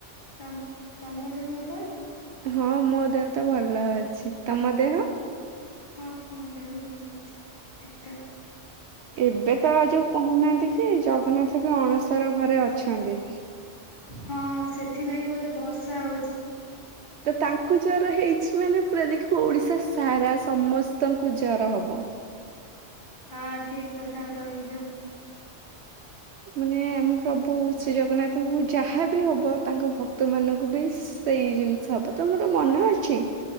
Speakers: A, on the left; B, on the right.
A: ତମ ତମ ଦେହ ଭଲ ଅଛି?
B: ହଁ ମୋ ଦେହ ତ ଭଲ ଅଛି ତମ ଦେହ?
A: ହଁ ମୋ ଦେହ ବି ଭଲ ଅଛି ସବୁ ଠିକଠାକ
B: ଏବେ ତ ଆଉ ଯୋଉ କୋହୁନାହାନ୍ତି କି ଜଗନ୍ନାଥ ଏବେ ଅଣସର ଘରେ ଅଛନ୍ତି
A: ହଁ ସେଥିଲାଗି ବୋଧେ ବର୍ଷା ହୋଉଚି।
B: ତ ତାଙ୍କୁ ଜର ହେଇଚି ମାନେ ପୁରା ଦେଖିବୁ ଓଡିଶା ସାରା ସମସ୍ତଙ୍କୁ ଜର ହବ।
A: ହଁ ଠିକ କଥା କହିଚ।
B: ମାନେ ଆମ ପ୍ରଭୁ ଶ୍ରୀ ଜଗନ୍ନାଥଙ୍କୁ ଯାହାବି ହବ ତାଙ୍କ ଭକ୍ ତମାନଙ୍କୁ ବି ସେଇ ଜିନଷ ହବ ତମର ମନେ ଅଛି